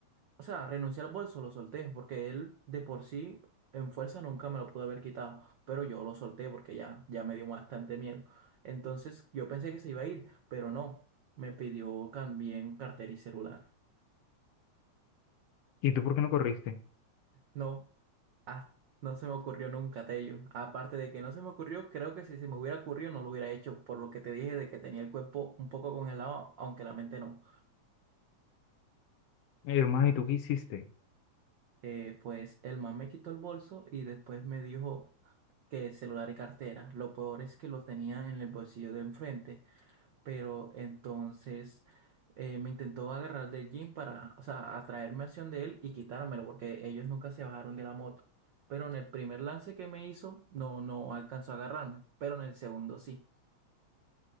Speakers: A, on the right (about 85°); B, on the left (about 65°).
A: O sea, renuncié al bolso, lo solté, porque él de por sí en fuerza nunca me lo pudo haber quitado, pero yo lo solté porque ya, ya me dio bastante miedo. Entonces yo pensé que se iba a ir, pero no, me pidió también cartera y celular.
B: ¿Y tú por qué no corriste?
A: No, ah, no se me ocurrió nunca, Tello. Aparte de que no se me ocurrió, creo que si se me hubiera ocurrido no lo hubiera hecho, por lo que te dije de que tenía el cuerpo un poco congelado, aunque la mente no.
B: Hermano, ¿y tú qué hiciste?
A: eh, pues el man me quitó el bolso y después me dijo que celular y cartera. Lo peor es que lo tenía en el bolsillo de enfrente, pero entonces eh, me intentó agarrar del jean para, o sea, atraerme hacia donde él y quitármelo porque ellos nunca se bajaron de la moto. Pero en el primer lance que me hizo, no, no alcanzó a agarrarme, pero en el segundo sí.